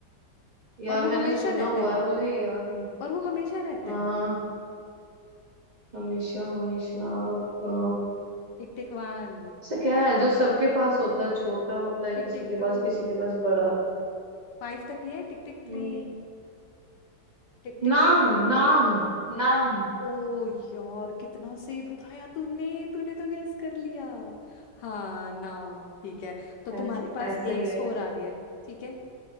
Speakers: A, on the right; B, on the left.
A: यार
B: और वो
A: मैंने
B: हमेशा
A: सुना
B: रहता
A: हुआ
B: है
A: है मुझे याद नहीं
B: और वो हमेशा रहता
A: हाँ
B: है
A: हमेशा हमेशा अ,
B: Tick tick one
A: ऐसा क्या है जो सबके पास होता है छोटा होता है
B: Tick
A: किसी
B: tick
A: के
B: two
A: पास किसी के पास बड़ा
B: Five तक ये Tick tick three
A: हम्म,
B: Tick tick
A: नाम
B: four
A: नाम नाम
B: ओ यार कितना सही बताया तूने तूने तो गैस कर लिया हाँ नाम ठीक है तो तुम्हारे
A: ऐस,
B: पास
A: ऐसे
B: एक
A: ही है
B: स्कोर आ गया है ठीक है